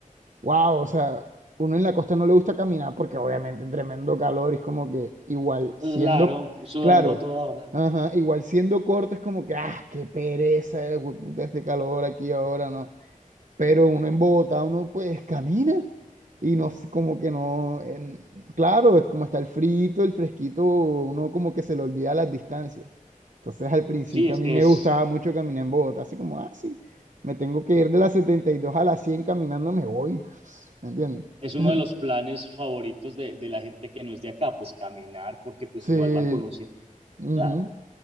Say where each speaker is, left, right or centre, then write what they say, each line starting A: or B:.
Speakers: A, on the right; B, on the right.
A: wow, o sea, uno en la costa no le gusta caminar porque obviamente tremendo calor y es como que igual
B: Claro,
A: siendo,
B: sudando
A: claro,
B: a toda hora.
A: ajá, igual siendo corto es como que, ah, qué pereza, eh, güey, puta, este calor aquí ahora, ¿no? pero uno en Bogotá, uno pues camina y no, s- como que no, en- claro, es como está el frito, el fresquito, uno como que se le olvida las distancias. Entonces al principio
B: Sí, es,
A: a mí
B: es,
A: me gustaba mucho caminar en Bogotá, así como, ah, sí, me tengo que ir de la 72 a la 100 caminando, me voy, <laughs> ¿me entiendes?
B: Es
A: <laughs>
B: uno de los planes favoritos de, de la gente que no es de acá, pues caminar, porque pues
A: Sí,
B: igual va conociendo la
A: ujú,
B: ciudad.